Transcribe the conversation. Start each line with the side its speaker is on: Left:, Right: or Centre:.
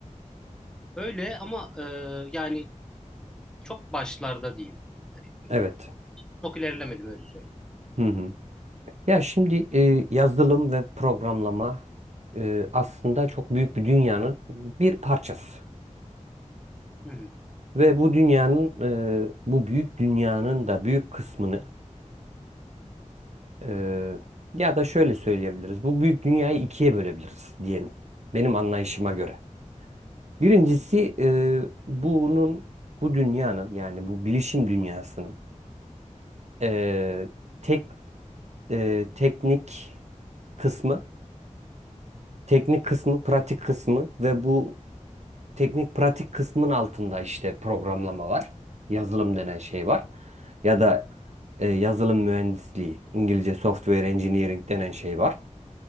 Centre: Öyle ama e, yani çok başlarda diyeyim. Hani
Right: Evet.
Centre: Çok ilerlemedim öyle söyleyeyim.
Right: Hı hı. Ya şimdi e, yazılım ve programlama e, aslında çok büyük bir dünyanın bir parçası.
Centre: Hı hı,
Right: Ve bu dünyanın, e, bu büyük dünyanın da büyük kısmını e, ya da şöyle söyleyebiliriz. Bu büyük dünyayı ikiye bölebiliriz diyelim. Benim anlayışıma göre. Birincisi
Centre: hı hı,
Right: e, bunun, bu dünyanın yani bu bilişim dünyasının e, tek e, teknik kısmı, teknik kısmı, pratik kısmı ve bu teknik pratik kısmın altında işte programlama var. Yazılım denen şey var. Ya da e, yazılım mühendisliği, İngilizce software engineering denen şey var.